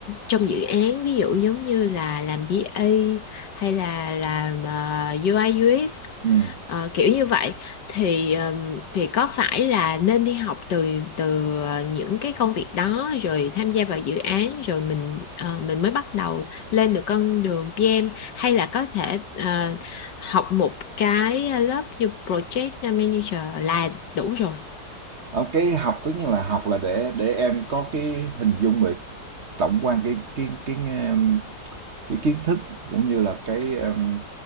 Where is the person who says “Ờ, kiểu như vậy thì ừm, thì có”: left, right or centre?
Left